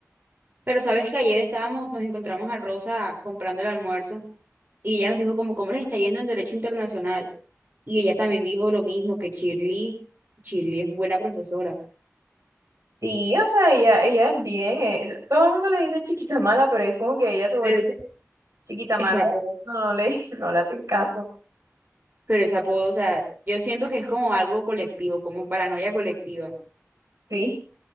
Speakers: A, on the right (about 40°); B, on the right (about 85°).
A: Pero sabes que ayer estábamos, nos encontramos a Rosa comprando el almuerzo y ella nos dijo como cómo les está yendo en Derecho Internacional. Y ella también dijo lo mismo, que Shirley, Shirley es buena profesora.
B: Sí, o sea, ella, ella es bien, eh, Todo el mundo le dice chiquita mala, pero es como que ella se vuelve
A: Pero ese,
B: chiquita mala,
A: ese apodo
B: no, no le, <laughs> no le hacen caso.
A: Pero ese apodo, o sea, yo siento que es como algo colectivo, como paranoia colectiva.
B: Sí.